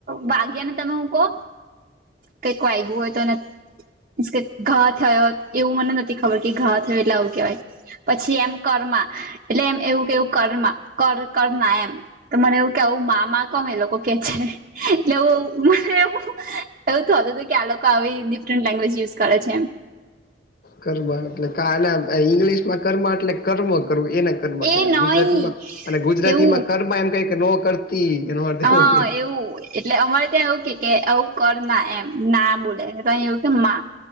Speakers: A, on the right; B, on the left.
A: વાગ્યા ને તમે હું કહો? કંઈક વાયગું હોય તો અને? કે ઘા થયો એવું મને નથી ખબર કે ઘા થયો એટલે આવું કેહેવાય. પછી એમ કર્મા એટલે એમ એવું કેવું કર્મા કર કર્મા એમ તો મને એવું કે આવું મામા કોમ એ લોકો કે છે એટલે એવું મને એવું એવું હતું હતું કે આ લોકો આવી ડિફરન્ટ લેંગ્વેજ યુઝ કરે છે એમ.
B: કર એટલે ઈંગ્લિશ માં કર્મ એટલે કર્મ કરવું એને કર્ કેવાય
A: એ નહી
B: ગુજરાતીમાં અને ગુજરાતી
A: એવું
B: માં કર્મા એમ ક કે નો કરતી એનો અર્થ એવો
A: હા
B: થાય.
A: એવું એટલે અમારે ત્યાં એવું કે કે આવું કર ના એમ ના બોલે ત એવું કે માં.